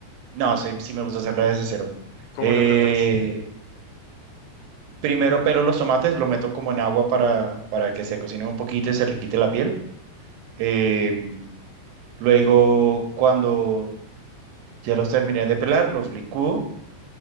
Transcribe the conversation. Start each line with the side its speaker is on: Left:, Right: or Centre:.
Right: No, sí, sí me gusta hacerla desde cero.
Left: ¿Cómo
Right: Eh,
Left: la preparas?
Right: primero pelo los tomates, los meto como en agua para, para que se cocinen un poquito y se les quite la piel. Eh, mm, luego, cuando ya los terminé de pelar, los licúo.